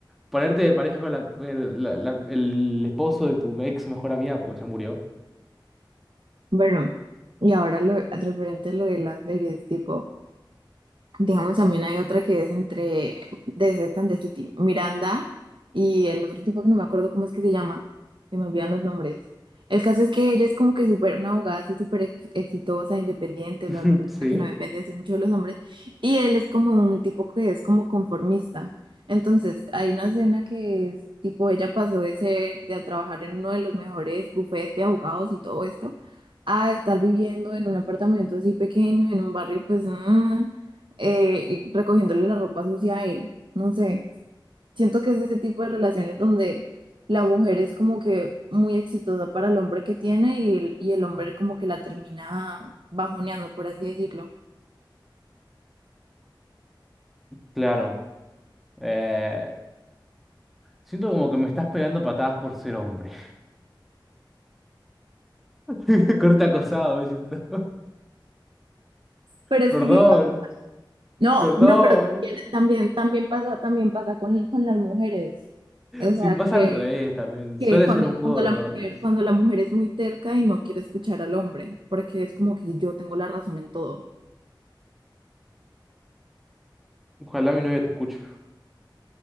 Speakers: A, in the centre; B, on the right.
A: Ponerte de pareja con la- el, la- la- el esposo de tu ex mejor amiga, porque ya murió.
B: Bueno, y ahora lo referente a lo de las series, tipo, Digamos, también hay otra que es entre de Sex and the City, Miranda y el otro tipo que no me acuerdo cómo es que se llama, se me olvidan los nombres. El caso es que ella es como que súper, una abogada así súper ex- exitosa, independiente,
A: <laughs>
B: bla, bla, bla,
A: Sí,
B: que no depende así mucho de los hombres. Y él es como un tipo que es como conformista. Entonces, hay una escena que es tipo, ella pasó de ser, de a trabajar en uno de los mejores bufetes de abogados y todo esto, a estar viviendo en un apartamento así pequeño, en un barrio, pues... mm, eh, y recogiéndole la ropa sucia a él. No sé, siento que es ese tipo de relaciones donde la mujer es como que muy exitosa para el hombre que tiene y el, y el hombre como que la termina bajoneando, por así decirlo.
A: claro. Eh, siento como que me estás pegando patadas por ser hombre. <laughs> Corte acosado, me siento. <laughs>
B: Pero es
A: Perdón,
B: que, sí pa- No,
A: perdón.
B: no, pero también, también también pasa, también pasa con, con las mujeres. O sea,
A: Si pasa
B: que,
A: al revés también.
B: que
A: Suele
B: cuando,
A: ser un juego
B: cuando
A: de
B: la
A: roles.
B: mujer, cuando la mujer es muy terca y no quiere escuchar al hombre, porque es como que yo tengo la razón en todo.
A: Ojalá mi novia te escuche.